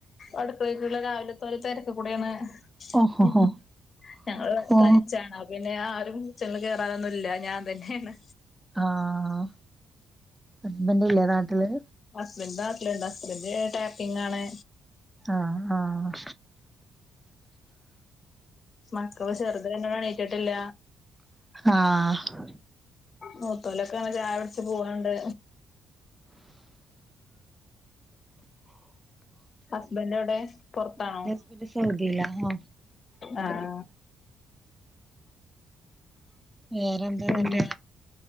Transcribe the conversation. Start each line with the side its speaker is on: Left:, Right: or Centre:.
Left: അടുക്കളീക്കുള്ള രാവിലത്തെ പോലെ തിരക്ക് കൂടെയാണ്
Centre: ഓഹോഹോ
Left: ഇ ഹും ഞങ്ങളിവിടെ
Centre: ഓ
Left: തനിച്ചാണ് പിന്നെ ആരും കിച്ചണിൽ കേറാനൊന്നുല്ല ഞാൻ തന്നെയാണ്
Centre: ആഹ് ഹസ്ബന്റ് ല്ലേ നാട്ടില്
Left: ഹസ്ബൻഡ് നാട്ടിലുണ്ട് ഹസ്ബൻഡ് ടാപ്പിംഗാണ്
Centre: ആഹ് ആഹ്
Left: മക്കള് ചെറുത് രണ്ടെണ്ണം എണീറ്റിട്ടില്ല
Centre: ആഹ്
Left: മൂത്തോലൊക്കെ അങ്ങനെ ചായുട്ച് പോവ്ണ്ട് ഹസ്ബൻഡ് എവിടെ പുറത്താണോ
Centre: എന്റെ സൗദിയിലാ ഹാ
Left: ആഹ്
Centre: വേറെന്താ
Left: പിന്നെ
Centre: എന്നിട്ട്